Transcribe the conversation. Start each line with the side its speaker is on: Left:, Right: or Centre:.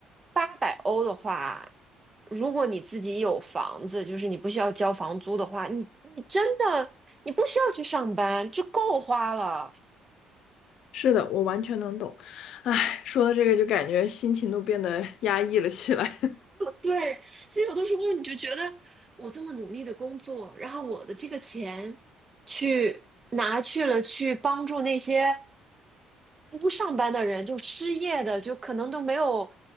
Right: 八百欧的话，如果你自己有房子，就是你不需要交房租的话，你你真的你不需要去上班，就够花了。
Left: 是的，我完全能懂。唉，说到这个就感觉心情都变得 <laughs> 压抑了起来。
Right: 对，所以有的时候你就觉得我这么努力的工作，然后我的这个钱去拿去了去帮助那些不上班的人，就失业的，就可能都没有